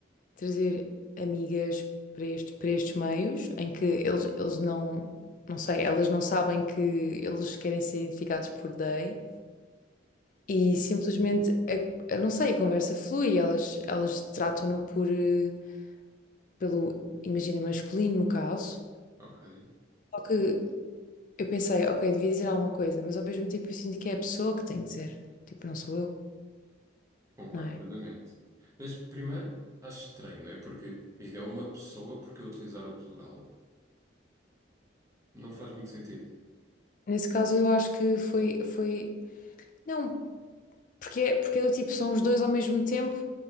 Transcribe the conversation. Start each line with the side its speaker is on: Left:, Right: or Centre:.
Left: trazer amigas para este, para estes meios em que eles, eles não, não sei, elas não sabem que eles querem ser identificados por they e simplesmente, a, a- não sei, a conversa flui, elas, elas tratam-no por, eh, pelo, imagina, masculino no caso.
Right: ok.
Left: Só que eu pensei, ok, devia dizer alguma coisa, mas ao mesmo tempo eu sinto que é a pessoa que tem de dizer, tipo, não sou eu,
Right: Concordo
Left: não é?
Right: plenamente. Mas primeiro, acho estranho, não é? Porque, imagina, é uma pessoa porque eu utilizar o plural. Não faz muito sentido.
Left: Nesse caso eu acho que foi, foi, não, porque, é- porque é do tipo, são os dois ao mesmo tempo